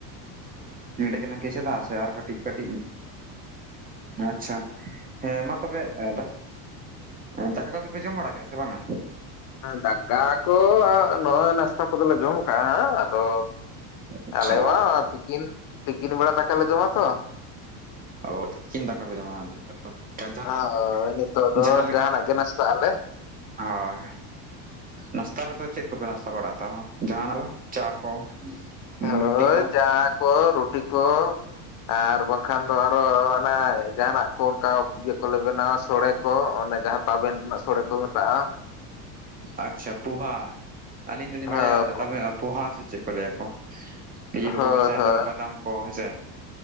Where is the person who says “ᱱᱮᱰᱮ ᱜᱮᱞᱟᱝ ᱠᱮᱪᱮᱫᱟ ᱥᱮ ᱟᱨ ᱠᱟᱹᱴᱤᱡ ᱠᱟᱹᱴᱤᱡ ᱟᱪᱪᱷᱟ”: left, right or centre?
Right